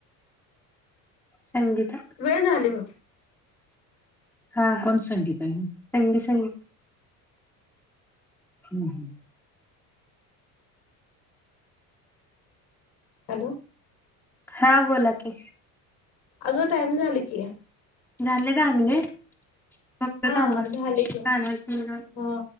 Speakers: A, in the centre; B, on the left.
A: संगीता
B: वेळ झाली हो
A: हा कोण संगीता ही संगी संगी हम् हम
B: हॅलो
A: हा बोला की.
B: अगो टाइम झाल कि.
A: झालं का दहा मिनिट बघतो
B: हा
A: थांबा
B: झाले
A: चालू
B: की
A: राह
B: हा.